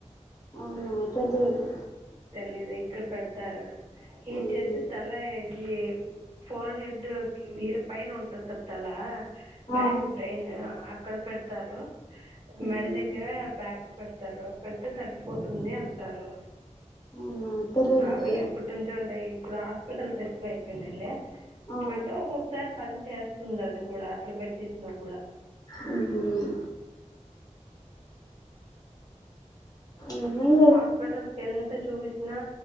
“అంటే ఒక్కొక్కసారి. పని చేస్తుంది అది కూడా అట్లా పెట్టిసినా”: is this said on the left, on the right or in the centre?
Right